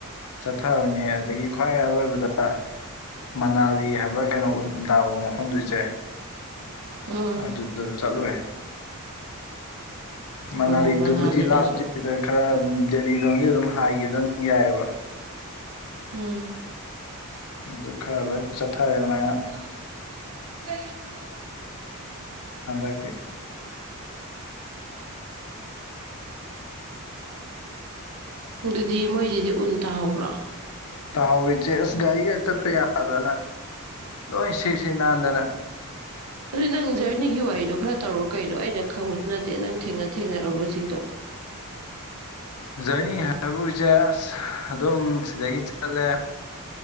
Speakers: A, on the left; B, on the right.
A: ꯆꯠꯊꯕꯅꯦ ꯑꯗꯨꯗꯒꯤ ꯈ꯭ꯋꯥꯏ ꯑꯔꯣꯏꯕꯗ ꯃꯅꯥꯂꯤ ꯍꯥꯏꯕ꯭ꯔꯥ ꯀꯩꯅꯣ ꯎꯟ ꯇꯥꯕ ꯃꯐꯝꯗꯨ ꯆꯦ
B: ꯎꯝ
A: ꯑꯗꯨ ꯆꯠꯂꯨꯔꯦ ꯃꯅꯥꯂꯤꯗꯨꯕꯨꯗꯤ
B: ꯑꯣ ꯃꯅꯥꯂꯤꯗꯁꯨ
A: ꯂꯥꯞꯇꯦꯗ ꯈꯔ ꯗꯦꯜꯂꯤ ꯂꯣꯟꯒꯤ ꯑꯗꯨꯝ ꯍꯥꯏꯈꯤꯕ ꯑꯗꯨꯝ ꯌꯥꯏꯌꯦꯕ
B: ꯎꯝ
A: ꯑꯗꯨ ꯈꯔ ꯂꯣꯏ ꯆꯠꯊꯔꯦ ꯉꯥꯛꯉꯛꯑꯦ
B: <unintelligible>
A: ꯍꯟꯗꯛꯇ
B: ꯑꯗꯨꯗꯤ ꯃꯣꯏꯒꯤꯗꯤ ꯎꯟ ꯇꯥꯍꯧꯕ꯭ꯔꯣ
A: ꯇꯥꯍꯥꯎꯔꯤ ꯆꯦ ꯑꯁ ꯒꯥꯔꯤꯒ ꯆꯠꯄ ꯌꯥꯗꯅ ꯂꯣꯏ ꯁꯤ ꯁꯤ ꯅꯥꯟꯗꯅ
B: ꯑꯗꯨꯗꯤ ꯅꯪ ꯖꯔꯅꯤꯒꯤ ꯋꯥꯔꯤꯗꯣ ꯈꯔ ꯇꯧꯔꯣ ꯀꯩꯅꯣ ꯑꯩꯅ ꯈꯪꯕꯁꯨ ꯅꯠꯇꯦ ꯅꯪ ꯊꯦꯡꯅ ꯊꯦꯡꯅꯔꯨꯔꯕꯁꯤꯡꯗꯣ
A: ꯖꯔꯅꯤ ꯍꯥꯏꯕꯕꯨ ꯏꯆꯦ ꯑꯁ ꯑꯗꯨꯝ ꯁꯤꯗꯒꯤ ꯆꯠꯂꯦ